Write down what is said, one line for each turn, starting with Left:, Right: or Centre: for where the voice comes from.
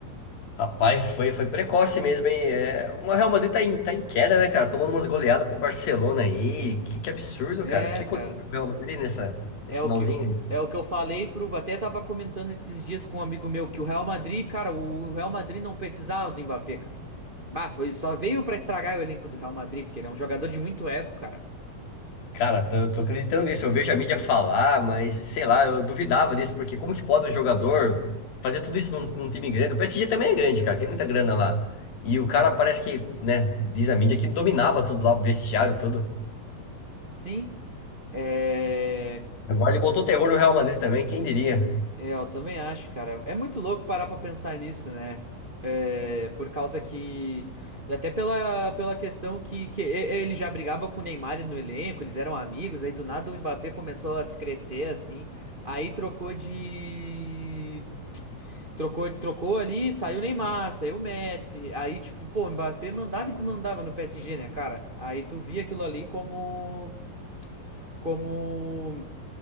Left: Rapaz, foi, foi precoce mesmo, hein? É, o Real Madrid tá em, tá em queda, né, cara? Tomando umas goleadas pro Barcelona aí. Que, que absurdo,
Right: É,
Left: cara. O que aconteceu
Right: cara.
Left: com o Real Madrid nessa, nesse
Right: É
Left: finalzinho?
Right: o que, é o que eu falei pro. Até tava comentando esses dias com um amigo meu que o Real Madrid, cara, o Real Madrid não precisava do Mbappé, cara. Bah, foi, só veio pra estragar o elenco do Real Madrid, porque ele é um jogador de muito ego, cara.
Left: Cara, tô, tô acreditando nisso. Eu vejo a mídia falar, mas sei lá, eu duvidava disso, porque como que pode um jogador fazer tudo isso num, num time grande? O PSG também é grande, cara, tem muita grana lá. E o cara parece que, né, diz a mídia que dominava tudo lá, o vestiário, tudo.
Right: Sim. É.
Left: Agora ele botou terror no Real Madrid também, quem diria?
Right: É, eu também acho, cara. É muito louco parar pra pensar nisso, né? É, por causa que. Até pela, pela questão que, que e- ele já brigava com o Neymar no elenco, eles eram amigos, aí do nada o Mbappé começou a se crescer assim. Aí trocou de. Trocou, trocou ali, saiu o Neymar, saiu o Messi. Aí, tipo, pô, o Mbappé mandava e desmandava no PSG, né, cara? Aí tu via aquilo ali como. Como.